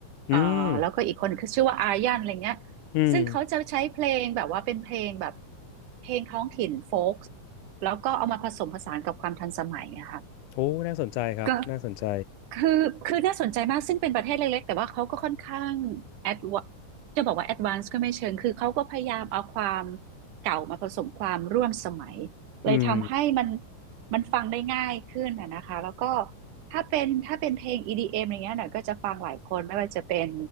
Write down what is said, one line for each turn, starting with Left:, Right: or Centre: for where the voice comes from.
Right: เออแล้วก็อีกคนคือชื่อว่าอายันอะไรเงี้ย
Left: อืมอืม
Right: ซึ่งเขาจะใช้เพลงแบบว่าเป็นเพลงแบบเพลงท้องถิ่นโฟล์กแล้วก็เอามาผสมผสานกับความทันสมัยนะคะ
Left: โอ้น่าสนใจครับน่าสนใจ
Right: ก็คือคือน่าสนใจมากซึ่งเป็นประเทศเล็กๆแต่ว่าเขาก็ค่อนข้างแอดวจะบอกว่าแอดวานซ์ก็ไม่เชิงคือเขาก็พยายามเอาความเก่ามาผสมความร่วมสมัยเลยทำให้มัน
Left: อืม
Right: มันฟังได้ง่ายขึ้นนะนะคะแล้วก็ถ้าเป็นถ้าเป็นเพลง EDM อมอะไรเงี้ยหน่อยก็จะฟังหลายคนไม่ว่าจะเป็น